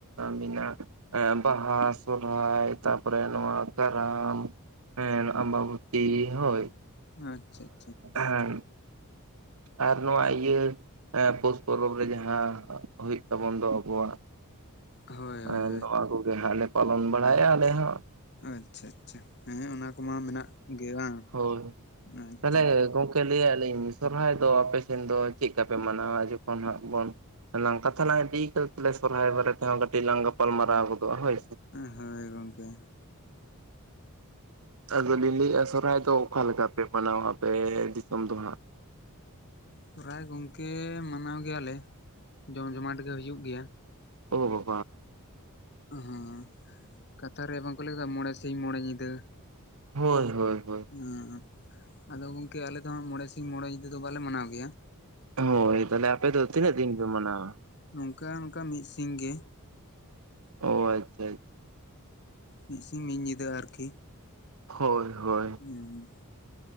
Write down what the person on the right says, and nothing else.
ᱢᱮᱱᱟᱜ ᱮᱸ ᱵᱟᱦᱟ ᱥᱚᱨᱦᱟᱭ ᱛᱟᱨᱯᱚᱨᱮ ᱱᱚᱣᱟ ᱠᱟᱨᱟᱢ ᱦᱮᱸ ᱟᱢᱵᱟᱵᱚᱛᱤ ᱦᱚᱭ
ᱦᱮᱸ ᱟᱨ ᱱᱚᱣᱟ ᱤᱭᱟᱹ ᱯᱳᱥ ᱯᱚᱨᱚᱵᱽ ᱡᱟᱦᱟᱸ ᱦᱳᱭᱳᱜ ᱛᱟᱵᱚᱱ ᱫᱚ ᱟᱵᱚᱣᱟᱜ
ᱮᱸᱫ
ᱱᱚᱣᱟ ᱠᱚᱜᱮ ᱦᱟᱸᱜ ᱞᱮ ᱯᱟᱞᱚᱱ ᱵᱟᱲᱟᱭᱟ ᱟᱞᱮ ᱦᱟᱸᱜ
ᱦᱳᱭ
ᱛᱟᱦᱚᱞᱮ ᱜᱚᱢᱠᱮ ᱞᱟᱹᱭᱮᱜ ᱟᱞᱤᱧ ᱥᱚᱨᱦᱟᱭ ᱫᱚ ᱟᱯᱮ ᱥᱮᱱ ᱫᱚ ᱪᱮᱫ ᱠᱟᱯᱮ ᱢᱟᱱᱟᱣᱟ ᱡᱚᱠᱷᱚᱱ ᱦᱟᱸᱜ ᱵᱚᱱ ᱞᱟᱝ ᱠᱟᱛᱷᱟ ᱞᱟᱝ ᱤᱫᱤ ᱠᱟᱫᱟ ᱛᱟᱦᱞᱮ ᱥᱚᱨᱦᱟᱭ ᱵᱟᱨᱮ ᱛᱮᱦᱚᱸ ᱠᱟᱹᱴᱤᱡ ᱞᱟᱝ ᱜᱟᱯᱟᱞᱢ ᱢᱟᱨᱟᱣ ᱜᱚᱫᱚᱜᱼᱟ ᱦᱳᱭ
ᱟᱫᱚᱞᱤᱧ ᱞᱟᱹᱭᱮᱫᱼᱟ ᱥᱚᱨᱦᱟᱭ ᱫᱚ ᱚᱠᱟ ᱞᱮᱠᱟ ᱯᱮ ᱢᱟᱱᱟᱣᱟ ᱟᱯᱮ ᱫᱤᱥᱚᱢ ᱫᱚ ᱦᱟᱸᱜ?
ᱚᱦᱚ
ᱦᱳᱭ ᱦᱳᱭ ᱦᱳᱭ
ᱦᱳᱭ ᱛᱟᱦᱚᱞᱮ ᱟᱯᱮ ᱫᱚ ᱛᱤᱱᱟᱹᱜ ᱫᱤᱱ ᱯᱮ ᱢᱟᱱᱟᱣᱟ?
ᱚ ᱟᱪᱪᱷᱟ ᱟᱪᱪᱷᱟ
ᱦᱳᱭ ᱦᱳᱭ